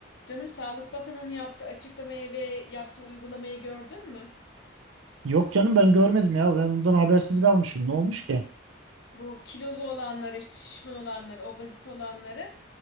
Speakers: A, on the left; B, on the right.
A: Canım Sağlık Bakanı'nın yaptığı açıklamayı ve yaptığı uygulamayı gördün mü?
B: Yok canım ben görmedim ya. Ben ondan habersiz kalmışım. Ne olmuş ki?
A: bu kilolu olanlara işte şişman olanlara obezite olanları